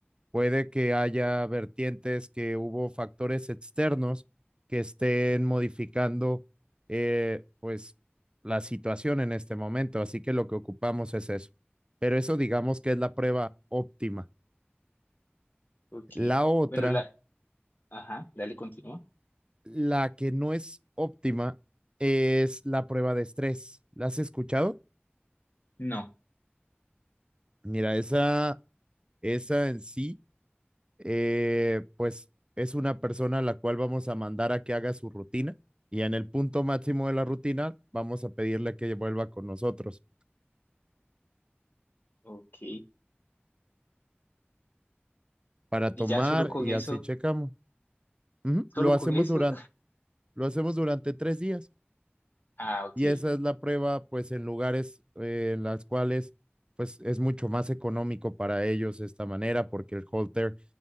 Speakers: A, on the right (about 25°); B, on the left (about 55°).
A: Puede que haya vertientes que hubo factores externos que estén modificando eh, pues la situación en este momento. Así que lo que ocupamos es eso. Pero eso digamos que es la prueba óptima.
B: ok.
A: La otra,
B: Bueno, la, ajá, dale, continúa.
A: la que no es óptima, es la prueba de estrés. ¿La has escuchado?
B: No,
A: Mira, esa, esa en sí eh, pues es una persona a la cual vamos a mandar a que haga su rutina y en el punto máximo de la rutina vamos a pedirle que vuelva con nosotros
B: ok.
A: para
B: Y
A: tomar
B: ya solo con
A: y
B: eso,
A: así checamos. Ujú, Lo
B: solo
A: hacemos
B: con eso.
A: durante, lo hacemos durante tres días.
B: <laughs> Ah, ok,
A: Y esa es la prueba, pues, en lugares eh, en las cuales, pues, es mucho más económico para ellos esta manera, porque el halter